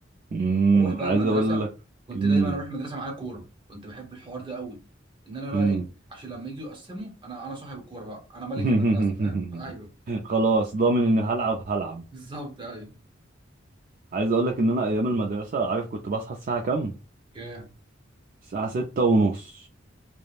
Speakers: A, on the right (about 45°); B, on the right (about 25°).
A: امم
B: اروح بقى
A: عايز
B: المدرسه
A: اقول لك
B: كنت
A: امم
B: دايما اروح المدرسه معايا كوره كنت بحب الحوار ده قوي ان انا بقى
A: امم
B: ايه عشان لما يجوا يقسموا انا انا صاحب الكوره بقى انا ملك
A: <laughs>
B: المدرسه فاهم <laughs> ايوه
A: خلاص ضامن اني هلعب هلعب
B: بالظبط ايوه
A: عايز اقول لك ان انا ايام المدرسه عارف كنت بصحى الساعه كام
B: جامد.
A: الساعه ستة ونص